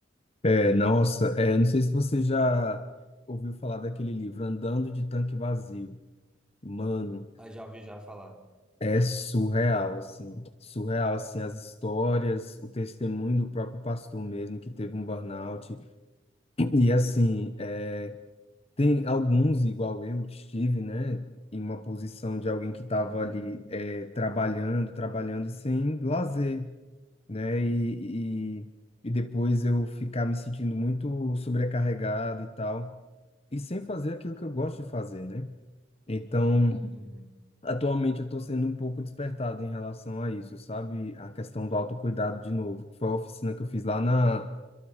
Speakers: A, on the left; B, in the centre.
A: É, nossa, é, não sei se você já ouviu falar daquele livro Andando de Tanque Vazio. Mano,
B: Ah, já ouvi já falar.
A: é surreal, assim, surreal, assim, as histórias, o testemunho do próprio pastor mesmo que teve um burnout. E assim, é, Tem alguns, igual eu, estive, né, em uma posição de alguém que estava
B: Uhum,
A: ali é, trabalhando, trabalhando e sem lazer, né, e, e, e depois eu ficar me sentindo muito sobrecarregado e tal, e sem fazer aquilo que eu gosto de fazer, né? Então,
B: uhum, uhum,
A: atualmente eu estou sendo um pouco despertado em relação a isso, sabe? A questão do autocuidado de novo, que foi a oficina que eu fiz lá na,